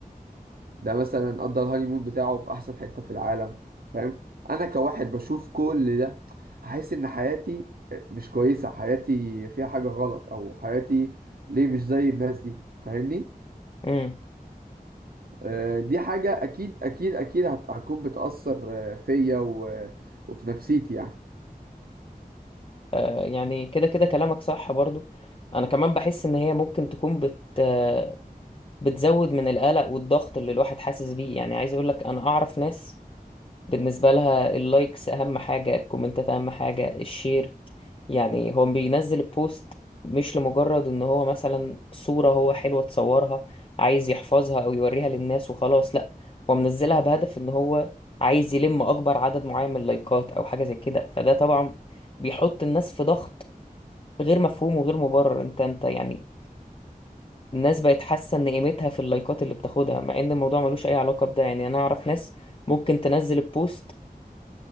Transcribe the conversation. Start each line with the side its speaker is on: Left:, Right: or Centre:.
Right: ده مثلا قضى الهانيمون بتاعه في احسن حتة في العالم فاهم انا كواحد بشوف كل ده هحس ان حياتي مش كويسة حياتي فيها حاجة غلط او حياتي ليه مش زي الناس دي فاهمني
Left: امم
Right: آه، دي حاجة اكيد اكيد اكيد هت- هتكون بتأثر آه، فيا و- وفي نفسيتي يعني
Left: آه يعني كده كده كلامك صح برضو انا كمان بحس ان هي ممكن تكون بت آه بتزود من القلق والضغط اللي الواحد حاسس بيه يعني عايز اقولك انا اعرف ناس بالنسبة لها اللايكس اهم حاجة الكومنتات اهم حاجة الشير يعني هو بينزل البوست مش لمجرد ان هو مثلا صورة هو حلوة تصورها عايز يحفظها او يوريها للناس وخلاص لا هو منزلها بهدف ان هو عايز يلم اكبر عدد معين من اللايكات او حاجة زي كده فده طبعا بيحط الناس في ضغط غير مفهوم وغير مبرر انت انت يعني الناس بقت حاسة ان قيمتها في اللايكات اللي بتاخدها مع ان الموضوع ملوش اي علاقة بده يعني انا اعرف ناس ممكن تنزل البوست